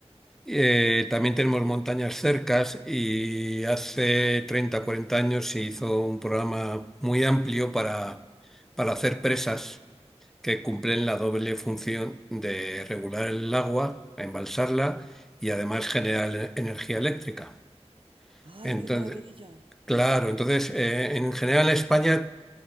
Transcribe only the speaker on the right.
Ay,
qué maravilla.